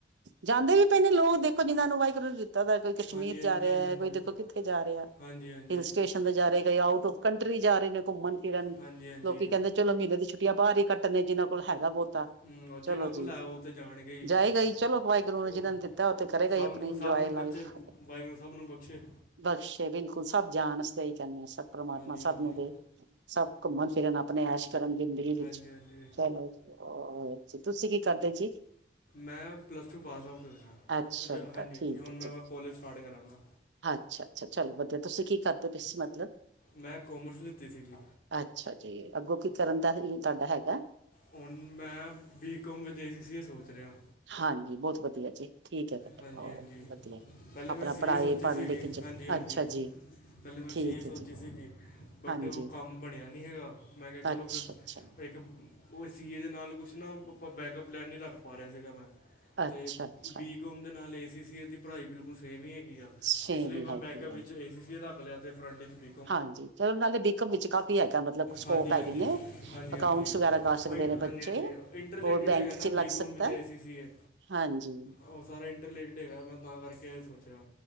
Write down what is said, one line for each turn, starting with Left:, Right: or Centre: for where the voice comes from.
Right: ਜਾਂਦੇ ਵੀ ਪਏ ਨੇ ਲੋਕ, ਦੇਖੋ ਜਿੰਹਨਾਂ ਨੂੰ ਵਾਹਿਗੁਰੂ ਨੇ ਦਿ ਤਾ ਦਾ, ਕੋਈ ਕਸ਼ਮੀਰ
Left: ਹਾਂਜੀ
Right: ਜਾ ਰਿਹਾ
Left: ਹਾਂਜੀ ਹਾਂਜੀ
Right: ਐ ਕੋਈ ਦੇਖੋ ਕਿੱਥੇ ਜਾ ਰਿਆ,
Left: ਹਾਂਜੀ ਹਾਂਜੀ
Right: ਹਿਲ ਸਟੇ ਜਾ ਰਹੇ ਕ ਆਊਟ ਔਫ ਕੰਟਰੀ ਜਾ ਰਹੇ ਨੇ ਘੁੰਮਣ ਫਿਰਨ,
Left: ਹਾਂਜੀ ਹਾਂਜੀ
Right: ਲੋਕੀ ਕਹਿੰਦੇ ਚਲੋਂ ਮੀਂਨੇ ਦੀ ਛੁੱਟੀਆਂ ਬਾਹਰ ਹੀ ਕੱਟ ਆਉਂਨੇ ਆ ਜਿਨਾਂ ਕੋਲ ਹੈਗਾ ਬਹੁਤਾ।
Left: ਹਮ, ਔਰ ਜਿਹਨਾਂ
Right: ਚਲੋਂ
Left: ਕੋਲ
Right: ਜੀ,
Left: ਹੈ ਉਹ ਤੇ ਜਾਣਗੇ ਹੀ
Right: ਜਾਏਗਾ ਈ ਜੀ ਚਲੋਂ ਵਾਹਿਗੁਰੂ
Left: ਉਹ
Right: ਨੇ ਜਿਹਨਾਂ ਨੇ ਦਿੱਤਾ, ਉਹ ਤੇ ਕਰੇਗਾ
Left: ਸਭ
Right: ਹੀ ਆਪਣੀ
Left: ਨੂੰ
Right: ਇੰਜੋਏ
Left: ਸਭ ਨੂੰ
Right: ਲਾਈਫ।
Left: ਬੱਚੇ, ਵਾਹਿਗੁਰੂ ਨੂੰ ਸਭ ਨੂੰ ਬਖਸ਼ੇ।
Right: ਬਖਸ਼ੇ ਬਿਲਕੁਲ, ਸਭ ਜਾਣ ਅਸੀ ਤੇ ਹੀ ਕਹਨੇ ਆ, ਸਭ ਪਰਮਾਤਮਾ
Left: ਹਾਂਜੀ
Right: ਸਭ
Left: ਹਾਂਜੀ
Right: ਨੂੰ ਦੇ, ਸਭ ਘੁੰਮਣ ਫਿਰਨ ਆਪਣੇ ਐਸ਼ ਕਰਨ ਜ਼ਿੰਦਗੀ
Left: ਹਾਂਜੀ
Right: ਵਿੱਚ
Left: ਹਾਂਜੀ
Right: ਚਲੋ। ਆਰ, ਤੁਸੀਂ ਕੀ ਕਰਦੇ ਜੀ?
Left: ਮੈਂ ਪਲੱਸ ਟੂ ਪਾਸ ਆਊਟ ਹੋਇਆ,
Right: ਅੱਛਾ
Left: ਹਾਂਜੀ
Right: ਬੇਟਾ ਠੀਕ
Left: ਹਾਂਜੀ ਹੁਣ
Right: ਹੈ
Left: ਮੈਂ
Right: ਜੀ
Left: ਕੋਲਜ ਸਟਾਟ ਕਰਾਂਗਾ।
Right: ਅੱਛਾ, ਅੱਛਾ ਚਲੋ ਵਧੀਆ, ਤੁਸੀਂ ਕੀ ਕਰਦੇ ਪਾਏ ਸੀ ਮਤਲਬ?
Left: ਮੈਂ ਕੋਮਰਸ ਲਿੱਤੀ ਸੀਗੀ।
Right: ਅੱਛਾ ਜੀ, ਅੱਗੋਂ ਕੀ ਕਰਨ ਦਾ ਇ ਇਰਾਦਾ ਹੈਗਾ।
Left: ਹੁਣ ਮੈਂ ਬੀਕੌਮ ਵਿਦ ਈ ਸੀਸੀ ਇਹ ਸੋਚ ਰਿਹਾ।
Right: ਹਾਂਜੀ ਬਹੁਤ ਵਧੀਆ ਜੀ। ਠੀਕ ਐ ਬੇਟੇ
Left: ਹਾਂਜੀ
Right: ਹੋਰ
Left: ਹਾਂਜੀ
Right: ਵਧੀਆ,
Left: ਪਹਿਲੇ
Right: ਆਪਣਾ
Left: ਮੈਂ ਸੀਏ
Right: ਪੜ੍ਹਾਏ
Left: ਸੋਚੀ
Right: ਪੜ੍ਹ
Left: ਸੀਗੀ
Right: ਲਿਖ ਕੇ,
Left: ਹਾਂਜੀ ਹਾਂਜੀ
Right: ਅੱਛਾ ਜੀ।
Left: ਪਹਿਲੇ ਮੈਂ
Right: ਠੀਕ
Left: ਸੀਏ ਸੋਚੀ
Right: ਹੈ ਜੀ
Left: ਸੀਗੀ। ਬਟ
Right: ਹਾਂਜੀ
Left: ਉਹ ਕੰਮ ਬਣਿਆ ਨੀ ਹੈਗਾ, ਮੈਂ ਕਿਹਾ ਚਲੋਂ
Right: ਅੱਛਾ
Left: ਫਿਰ
Right: ਅੱਛਾ
Left: ਇੱ ਕ ਉਹ ਏ ਸੀ ਦੇ ਨਾਲ ਕੁਛ ਨਾ ਆਪਾਂ ਬੈਕਅੱਪ ਪਲੈਨ ਨਹੀਂ ਰੱਖ ਪਾ ਰਿਆ ਸੀਗਾ ਮੈਂ।
Right: ਅੱਛਾ
Left: ਤੇ
Right: ਅੱਛਾ
Left: ਬੀਕੌਮ ਦੇ ਨਾਲ ਏ ਸੀ ਸੀ ਦੀ ਪੜ੍ਹਾਈ ਬਿਲਕੁਲ ਸੇਮ ਹੀ ਹੈਗੀ ਆ।
Right: ਛੇਵੀਂ
Left: ਇਸ ਲਈ ਮੈਂ
Right: ਹੈਗੀ
Left: ਬੈਕਅਪ
Right: ਹੈ
Left: ਵਿੱਚ ਏ ਸੀ ਸੀ ਰੱਕ ਲਿਆ, ਤੇ ਫਰੰਟ ਵਿੱਚ ਬੀ
Right: ਹਾਂਜੀ, ਚਲੋਂ ਨਾਲੇ ਬੀਕਮ ਵਿੱਚ ਕਾਫੀ ਹੈਗਾ, ਮਤਲਬ ਸਕੋਪ
Left: ਹਾਂਜੀ
Right: ਹੈਗੇ
Left: ਹਾਂਜੀ
Right: ਨੇ,
Left: ਹਾਂਜੀ
Right: ਅਕਾਉਂਟਸ
Left: ਹਾਂਜੀ
Right: ਵਗੈਰਾ ਕ ਰ
Left: ਉਹ
Right: ਸਕਦੇ ਨੇ
Left: ਹਾਂਜੀ
Right: ਬੱਚੇ,
Left: ਹਾਂਜੀ ਇੰਟਰਲੇਟਡ
Right: ਉਹ ਬੈਂਕ
Left: ਹੈਗਾ ਨਾ
Right: 'ਚ ਲੱਗ
Left: ਬੀਕਾਮ
Right: ਸਕਦਾ,
Left: ਵਿਦ ਏਸੀਸੀਏ
Right: ਹਾਂਜੀ।
Left: ਉਹ ਸਾਰਾ ਇੰਟਰ ਰਿਲੇਟਿਡ ਹੈਗਾ, ਮੈਂ ਤਾਂ ਕਰਕੇ ਇਹ ਸੋਚਿਆ।